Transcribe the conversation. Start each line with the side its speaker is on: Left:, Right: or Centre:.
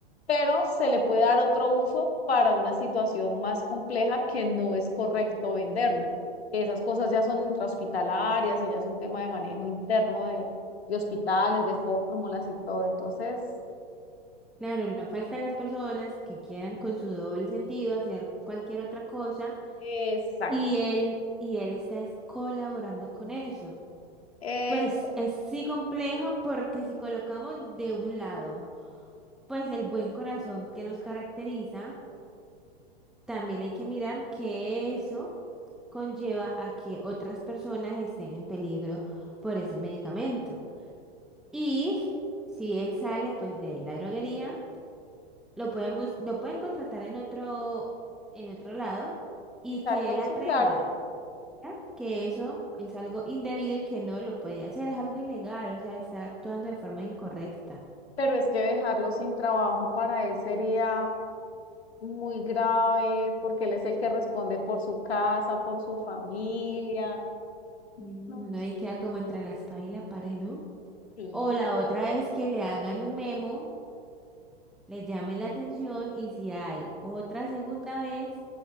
Left: pero se le puede dar otro uso para una situación más compleja que no es correcto venderlo. Que esas cosas ya son intrahospitalarias y ya es un tema de manejo interno de, de hospitales, de fórmulas y todo. Entonces,
Centre: Claro, no faltan las personas que quieran con su doble sentido hacer cualquier otra cosa
Left: exacto,
Centre: y él y él está es colaborando con eso.
Left: exacto,
Centre: Pues es sí complejo porque si colocamos de un lado, pues el buen corazón que nos caracteriza, también hay que mirar que eso conlleva a que otras personas estén en peligro por ese medicamento. Y si él sale pues de la droguería, lo pueden bus- lo pueden contratar en otro, en otro lado y
Left: exacto,
Centre: que él aprenda,
Left: sí, claro,
Centre: ¿ya? Que eso es algo indebido y que no lo puede hacer, es algo ilegal, o sea, está actuando de forma incorrecta.
Left: pero es que dejarlo sin trabajo para él sería muy grave porque él es el que responde por su casa, por su familia.
Centre: Mm,
Left: No,
Centre: Uno ahí queda como entre la espada y la pared, ¿no?
Left: sí,
Centre: O la otra
Left: sí,
Centre: es que le hagan un memo, le llamen la atención y si hay otra segunda vez,